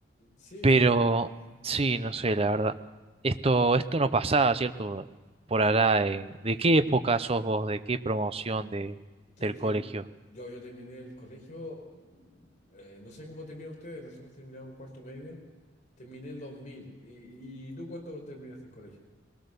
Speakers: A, on the left (about 45°); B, on the right (about 30°).
A: Sí,
B: Pero sí, no sé, la verdad. Esto, esto no pasaba, ¿cierto? Por allá, eh, ¿de qué época sos vos? ¿De qué promoción de,
A: que,
B: del
A: que
B: colegio?
A: yo, yo terminé el colegio, mm, eh, no sé cómo terminan ustedes, nosotros terminamos en cuarto medio, terminé el dos mil ¿Y, y tú cuándo terminaste el colegio?